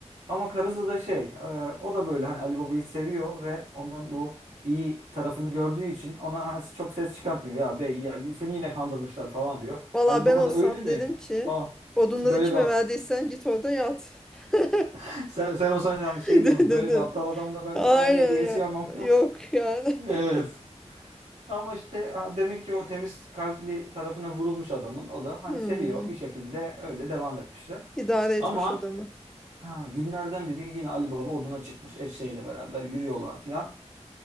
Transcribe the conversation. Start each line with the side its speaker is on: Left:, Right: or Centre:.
Right: Ama karısı da şey, e, o da böyle hani Ali Baba'yı seviyor ve onun bu iyi tarafını gördüğü için ona ha- çok ses çıkartmıyor. Ya bey ya seni yine kandırmışlar falan diyor.
Centre: Valla
Right: Ali
Centre: ben
Right: Baba
Centre: olsam
Right: da öyle mi?
Centre: dedim ki
Right: Falan.
Centre: odunları
Right: Böyle
Centre: kime
Right: bir ap-
Centre: verdiysen git orada yat. <laughs>
Right: <laughs> sen sen olsan yani şey
Centre: De-
Right: diyor musun? Böyle
Centre: de- de.
Right: bir aptal adamla ben
Centre: Aynen
Right: <laughs> aynı evde yaşayamam.
Centre: ya.
Right: <laughs>
Centre: Yok yani.
Right: Evet.
Centre: <laughs>
Right: Ama işte ha, demek ki o temiz kalpli tarafına vurulmuş adamın o da hani
Centre: Hmm.
Right: seviyor bir şekilde öyle devam etmişler.
Centre: İdare etmiş
Right: Ama
Centre: adamı.
Right: ha, günlerden bir gün yine Ali Baba oduna çıkmış eşeğiyle beraber yürüyorlar filan.